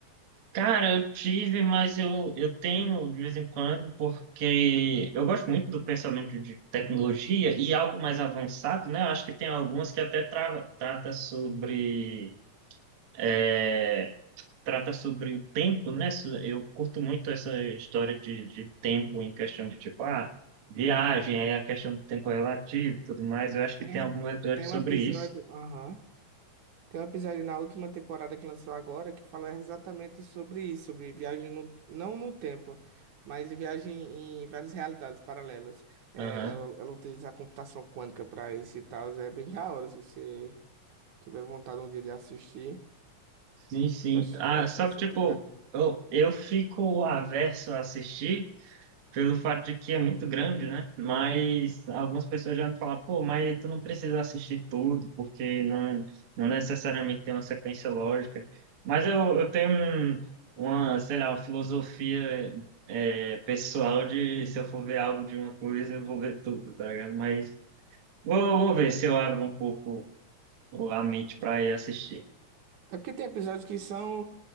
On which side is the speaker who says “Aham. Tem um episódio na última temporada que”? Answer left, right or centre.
Right